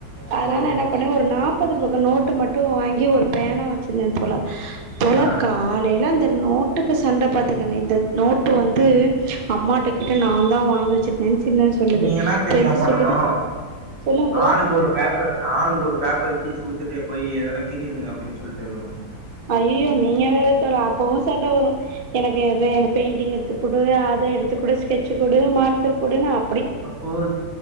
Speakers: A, on the right; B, on the right.
A: அதனால
B: ஓ
A: நா என்ன பண்ணே ஒரு நாப் படி <unintelligible> நோட்டு மட்டு வாங்கி ஒரு பேனா வச்சிருந்தே தோழா தோழா
B: ஆ
A: காலேல அந்த நோட்டுக்கு சண்ட பாத்துகங்க இந்த நோட்டு வந்து அம்மாட்ட கேட்ட நான்தா வாங்கி வெச்சிருக்கீங்க சின்னது சொல்லுது
B: நீங்க என்னா தெரியுமா
A: பெருசு
B: பண்ணனு
A: சொல்லுது சொல்லுங்க தோழா
B: ஆளுக்கு ஒரு பேப்பரு ஆளுக்கு ஒரு பேப்பருக் கிழிச்சி போட்டுட்டு போய் எதனா கிரிகிங்க அப்டின் சொல்ட்டு இருக்கணு
A: ஐயோயோ நீங்க வேற தோழ அப்பவு சண்ட வரும் எனக்கு பேய் அந்த பெயிண்டிங் எடுத்துக்குடு அத எடுத்துக்குடு ஸ்கெட்சி குடு மார்க்கெர் குடுனு அ
B: அப்போ